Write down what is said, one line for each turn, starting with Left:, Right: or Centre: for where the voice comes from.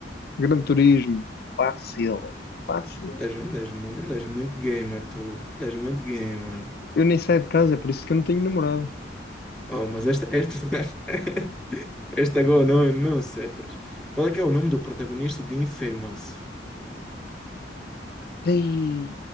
Left: Gran Turismo. Fácil, fácil.
Centre: Ah, tu andas, andas muito, andas muito gamer, tu. Andas muito gamer.
Left: Eu nem saio de casa, é por isso que eu não tenho namorado.
Centre: Oh, mas esta, esta, <laughs> esta agora não, não acertas. Qual é que é o nome do protagonista de Infamous?
Left: Ei,